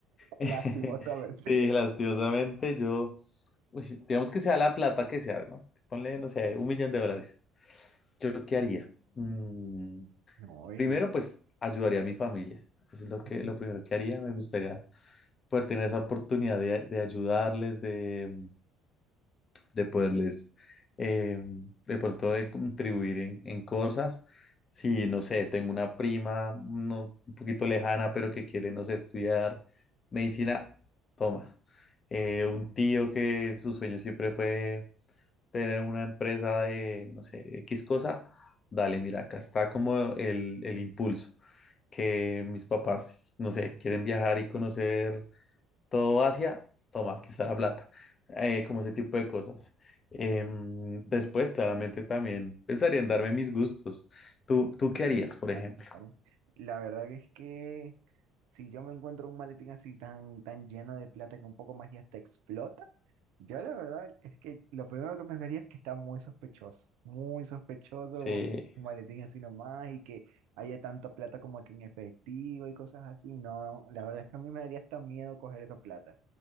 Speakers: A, on the left (about 40°); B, on the right (about 75°).
A: <laughs>
B: Lastimosamente.
A: Sí,
B: <laughs>
A: lastimosamente, yo, uy, digamos que sea la plata que sea, ¿no? Ponle, no sé, un millón de dólares. ¿Yo qué haría? Mm,
B: No, ay,
A: primero,
B: Dios.
A: pues ayudaría a mi familia. Eso es lo que,
B: Ujú.
A: lo primero que haría. Me gustaría poder tener esa oportunidad de, de ayudarles, de, de poderles, eh, de pronto, de contribuir en, en cosas. Si, no sé, tengo una prima no, un poquito lejana, pero que quiere, no sé, estudiar medicina, toma. Eh, un tío que su sueño siempre fue tener una empresa de, no sé, X cosa, dale, mira, acá está como el, el impulso que mis papás, no sé, quieren viajar y conocer todo Asia, toma, aquí está la plata, Eh, como ese tipo de cosas. Em, después, claramente, también pensaría en darme mis gustos. ¿Tú, tú qué harías, por
B: Claro,
A: ejemplo?
B: claro. La verdad que es que si yo me encuentro un maletín así tan, tan lleno de plata que un poco más ya hasta explota, yo la verdad es que lo primero que pensaría es que está muy sospechoso, muy sospechoso,
A: sí
B: como que un maletín así nomás y que haya tanta plata como que en efectivo y cosas así. No, la verdad es que a mí me daría hasta miedo coger esa plata.